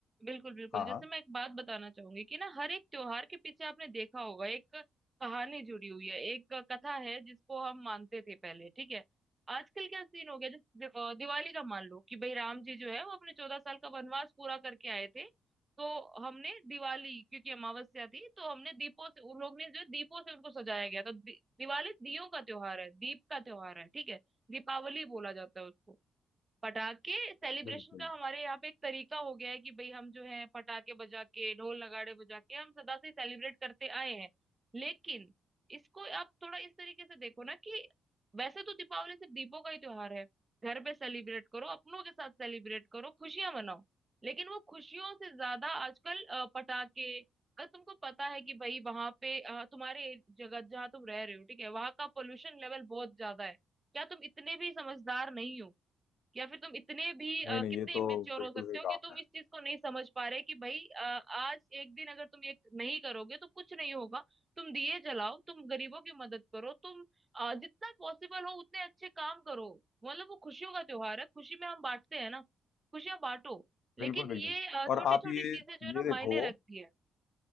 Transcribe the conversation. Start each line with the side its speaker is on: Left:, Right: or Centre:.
Right: बिल्कुल बिल्कुल
Left: हाँ
Right: जैसे
Left: हाँ
Right: मैं एक बात बताना चाहूंगी कि ना हर एक त्योहार के पीछे आपने देखा होगा एक कहानी जुड़ी हुई है एक कथा है जिसको हम मानते थे पहले ठीक है आजकल क्या सीन हो गया जैसे दि- अ, दिवाली का मान लो कि भाई राम जी जो है वो अपने चौदह साल का वनवास पूरा करके आए थे तो हमने दिवाली क्योंकि अमावस्या थी तो हमने दीपों से उन लोग ने जो दीपों से उनको सजाया गया था दि, दिवाली दियों का त्योहार है दीप का त्योहार है ठीक है दीपावली बोला जाता है उसको पटाखे सेलिब्रेशन
Left: बिल्कुल
Right: का हमारे यहाँ पे एक तरीका हो गया है कि भाई हम जो है पटाखे बजा के ढोल नगाड़े बजा के हम सदा से सेलिब्रेट करते आए हैं लेकिन इसको आप थोड़ा इस तरीके से देखो ना कि वैसे तो दीपावली सिर्फ दीपों का ही त्योहार है घर पे सेलिब्रेट करो अपनों के साथ सेलिब्रेट करो खुशियां मनाओ लेकिन वो खुशियों से ज्यादा आजकल अ, पटाखे अगर तुमको पता है कि भाई वहां पे अ, तुम्हारे जगह जहाँ तुम रह रहे हो ठीक है वहां का पोल्यूशन लेवल बहुत ज्यादा है क्या तुम इतने भी समझदार नहीं हो या फिर तुम इतने भी अ,
Left: नहीं नहीं
Right: कितने
Left: ये तो
Right: इमेच्योर
Left: बिल्कुल
Right: हो सकते
Left: सही
Right: हो
Left: कहा
Right: कि
Left: आपने
Right: तुम इस चीज को नहीं समझ पा रहे कि भाई अ, आज एक दिन अगर तुम ये नहीं करोगे तो कुछ नहीं होगा तुम दिए जलाओ तुम गरीबों की मदद करो तुम अ, जितना पॉसिबल हो उतने अच्छे काम करो मतलब वो खुशियों का त्योहार है खुशी में हम बांटते हैं ना खुशियां बांटो लेकिन
Left: बिल्कुल बिल्कुल
Right: ये छोटी
Left: और आप
Right: छोटी
Left: ये
Right: चीजें जो है
Left: ये
Right: ना
Left: देखो
Right: मायने रखती है